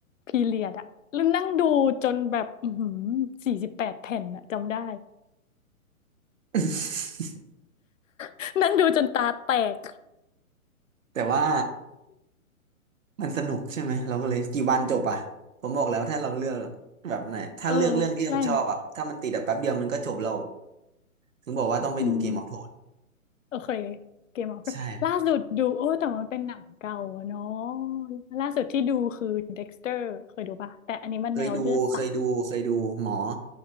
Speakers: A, on the left; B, on the right.
A: พีเรียดอ่ะแล้วนั่งดูจนแบบอือหือสี่สิบแปดแผ่นอ่ะจำได้
B: <laughs>
A: <laughs> นั่งดูจนตาแตก
B: แต่ว่ามันสนุกใช่ไหมเราก็เลยกี่วันจบอ่ะผมบอกแล้วถ้าเราเลือกแบบไหนถ้าเลือกเรื่องที่มันชอบอ่ะถ้ามันติดแบบแป๊บเดียวมันก็จบเรา
A: <laughs> เออใช่
B: ถึงบอกว่าต้องไปดูเกมออฟโทน
A: อืม โอเคเกมออฟล่าสุดดูโอ้แต่มันเป็นหนังเก่าอะเนาะ
B: ใช่
A: ล่าสุดที่ดูคือเด็กสเตอร์เคยดูปะแต่อันนี้มันแนวเลือดสาด
B: เคยดูเคยดูเคยดูหมอ